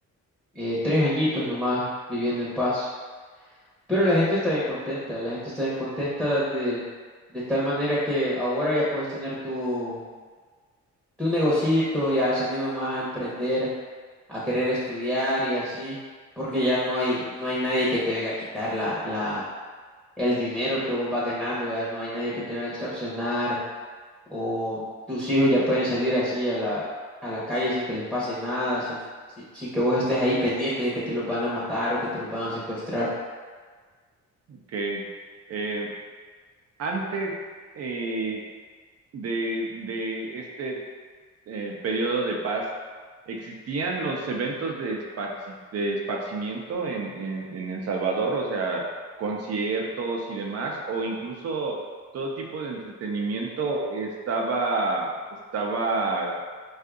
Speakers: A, in the centre; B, on the right.
A: eh, tres añitos nomás viviendo en paz. Pero la gente está bien contenta, la gente está bien contenta de, de tal manera que ahora ya puedes tener tu, tu negocito, ya se animan más a emprender, a querer estudiar y así, porque ya no hay, no hay nadie que te venga a quitar la, la, el dinero que vos vas ganando, ya no hay nadie que te venga a extorsionar o tus hijos ya pueden salir así a la, a la calle sin que les pase nada, sin, sin, sin que vos estés ahí pendiente de que te los van a matar o que te los van a secuestrar.
B: Ok. Eh, antes eh, de, de este eh, periodo de paz, ¿existían los eventos de, esparci- de esparcimiento en, en, en El Salvador? O sea, conciertos y demás, o incluso todo tipo de entretenimiento estaba, estaba